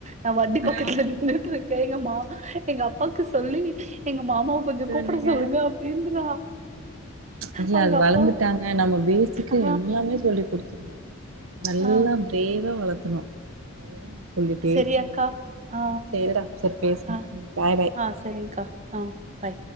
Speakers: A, on the right (about 35°); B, on the right (about 70°).
A: நா வண்டி
B: ஆ
A: பக்கத்துல நின்னுட்டு இருக்க எங்க மாமா எங்க அப் அப்பாக்கு சொல்லி எங்க மாமாவ கொஞ்சோ
B: இது
A: கூப்பிட
B: ஒண்ணுங்க
A: சொல்லுங்க அப்டின்றா
B: இல்ல
A: அவங்க
B: அது
A: அப்பாவு
B: வளர்ந்துட்டாங்க நம்ம பேசிக்கா
A: ஆ,
B: எல்லாமே சொல்லி் குடுத்துருனு நல்லா
A: ஆ
B: பிரேவா வளத்து துணு அவ்ளோ தா நா சொல்லிட்டே
A: சரி
B: இருப்பே
A: அக்கா.
B: இவர்ட
A: ஆ,
B: சேரிடா செரி பேசலா
A: ஆ,
B: பாய் பாய்
A: ஆ சரிங்க்கா. ஆ, பாய்.